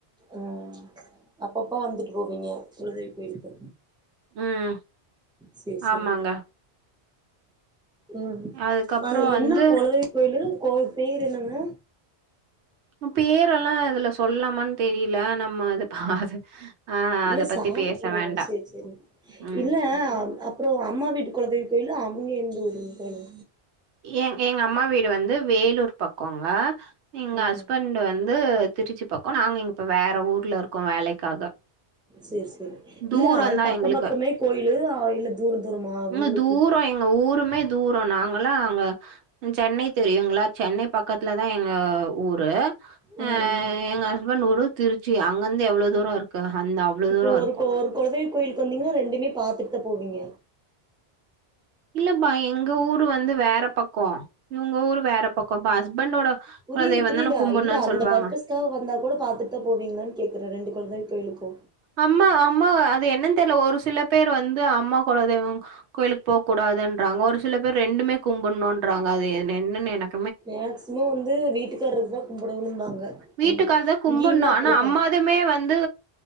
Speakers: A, in the centre; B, on the right.
A: ம் அப்பப்ப வந்துட்டு போவீங்க குலதெய்வ கோயிலுக்கு
B: ம்
A: சேரி சேரிங்க
B: ஆமாங்க
A: ம்
B: அதுக்கப்றோ
A: அது
B: வந்து
A: என்ன குலதெய்வ கோயிலு கோயி பேரு என்னங்க
B: அ பேரெல்லா இதுல சொல்லாமான்னு தெரியல நம்ம அது பாது ஆ
A: இல்ல
B: அத
A: சாமி
B: பத்தி பேச வேண்டா
A: ஓ சேரி சேரி
B: ம்
A: இல்ல அம் அப்றோ அம்மா வீட்டு குலதெய் வ கோயிலு அவுங்க எந்த ஊருங் கோயிலு
B: எங் எங்க அம்மா வீடு வந்து வேலூர் பக்கோங்க எங்க
A: ஆ
B: ஹஸ்பண்ட்டு வந்து திருச்சி பக்கோ நாங்க இப்ப வேற ஊர்ல இருக்கோ வேலைக்காக
A: சரி சரி
B: தூரந்தா
A: இல்ல அது பக்கம்
B: எங்களுக்கு
A: பக்கமே கோயிலு இல்ல தூர தூரமா உங்களுக்கு
B: ம் தூரோ எங்க ஊருமே தூரோ நாங்க அங்கல்ல அங்க சென்னை தெரியு சென்னை பக்கத்துல தா எங்க ஊரு அ
A: ம்
B: எங்க ஹஸ்பண்ட் ஊரு திருச்சி அங்கந்து எவ்ளோ தூரோ இருக்கு அந்த அவ்ளோ
A: இப்போ
B: தூரோ
A: ஒரு
B: இருக்கு
A: ஒரு குல கோயிலுக்கு வந்தீங்கன்னா ரெண்டுமே பாத்துட்டுதா போவீங்க
B: இல்லப்பா எங்க ஊரு வந்து வேற பக்கோ இவுங்க ஊரு வேற பக்கோ இப்ப ஹஸ்பண்டோட
A: புரியுது
B: குலதெய்வந்தான
A: புரியுதா
B: கும்புட்ணுன்
A: இல்ல அந்த
B: சொல்வாங்க
A: பர்பஸ்க்காக வந்தா கூட பாத்துட்டு தா போவீங்களான்னு கேக்குறே ரெண்டு கொலதெய்வத்திற்கு கோயிலுக்கு
B: அம்மா அம்மா அது என்னென்னு தெரியல ஒரு சில பேர் வந்து அம்மா கொலதெய்வம் கோயிலுக்கு போக கூடாதுன்றாங்க ஒரு சில பேர் ரெண்டுமே கும்பிடணும் என்றாங்க அது என்னென்னு எனக்கு
A: மேக்சிமம் வந்து வீட்டுக்காரக்கு தா கும்பிடணும்பாங்க
B: வீட்டுக்காரதா
A: ஆமா
B: கும்பிடனு
A: இங்கேயுமே அப்படித்தா
B: ஆனா அம்மாதுமே வந்து